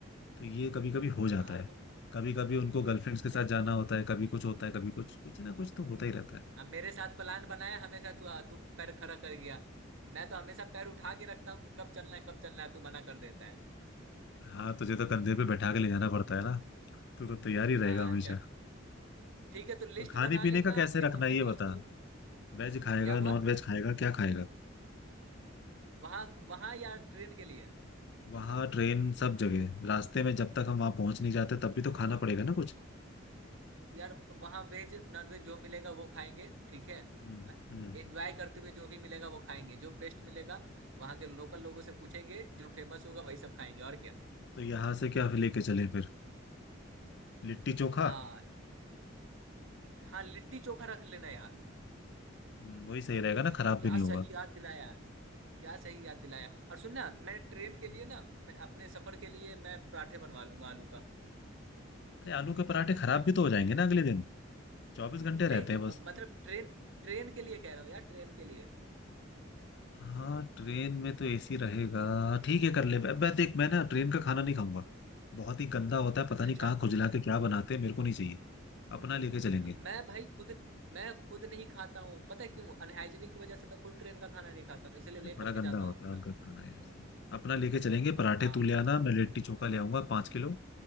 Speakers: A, on the left; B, on the right.
A: तो ये कभी कभी हो जाता
B: हाँ
A: है
B: तुम
A: कभी कभी उनको गर्लफ्रेंड्स
B: तु,
A: के साथ
B: मे,
A: जाना होता है कभी कुछ होता है कभी कुछ कुछ ना कुछ तो होता ही रहता है
B: अब मेरे साथ प्लान बनाया हमेशा तू तू पैर खड़ा कर गया मैं तो हमेशा पैर उठा के रखता हूँ कि कब चलना है कब चलना है तू मना कर देता है
A: हाँ तुझे तो कंधे पे बैठा के ले जाना पड़ता है ना तू तो तैयार ही
B: हाँ
A: रहेगा हमेशा
B: चल ठीक है तो लिस्ट
A: और खाने
B: बना
A: पीने
B: लेना
A: का कैसे
B: एक
A: रखना
B: बार
A: है
B: मैं
A: ये
B: दोस्त
A: बता
B: को
A: वेज खाएगा
B: क्या हुआ
A: नॉन वेज खाएगा क्या खाएगा
B: वहाँ वहाँ या ट्रेन के लिए
A: वहाँ ट्रेन सब जगह रास्ते में जब तक हम वहाँ पहुंच नहीं जाते तब भी तो खाना पड़ेगा ना कुछ
B: यार वहां वेज नॉन वेज जो मिलेगा वो खाएंगे ठीक है
A: हम्म हम्म
B: एंजॉय करते हुए जो भी मिलेगा वो खाएंगे जो बेस्ट मिलेगा वहां के लोकल लोगों से पूछेंगे जो फेमस होगा वही सब खाएंगे और क्या
A: तो यहाँ से क्या लेके चले फिर लिट्टी चोखा
B: हाँ हाँ लिट्टी चोखा रख लेना यार
A: हम्म, वही सही रहेगा ना खराब
B: क्या
A: भी नहीं
B: सही
A: होगा
B: याद दिलाया क्या सही याद दिलाया और सुन ना मैं ट्रेन के
A: हम्म।
B: लिए ना मैं अपने सफर के लिए मैं पराठे बनवा लूंगा आलू का
A: अरे आलू के पराठे खराब भी तो हो जाएंगे ना अगले दिन चौबीस घंटे रहते
B: नहीं
A: हैं
B: तो
A: बस
B: मतलब ट्रेन ट्रेन के लिए कह रहा हूँ यार ट्रेन के लिए
A: हाँ ट्रेन में तो एसी रहेगा ठीक है कर ले मैं मैं देख मैं ना ट्रेन का खाना नहीं खाऊंगा बहुत ही गंदा होता है पता
B: अच्छा
A: नहीं कहाँ खुजला के क्या बनाते हैं मेरे को नहीं चाहिए अपना लेके चलेंगे
B: मैं भाई खुद मैं खुद नहीं खाता हूँ पता है क्यों अनहाइजीनिक की वजह से मैं खुद ट्रेन का खाना नहीं खाता हूँ इसलिए
A: अरे
B: लेकर
A: बड़ा
B: के
A: गंदा
B: जाता
A: होता
B: हूँ अपना
A: है उनका खाना यार सही अपना लेके चलेंगे पराठे
B: हाँ
A: तू ले आना मैं लिट्टी चोखा ले आऊंगा पाँच किलो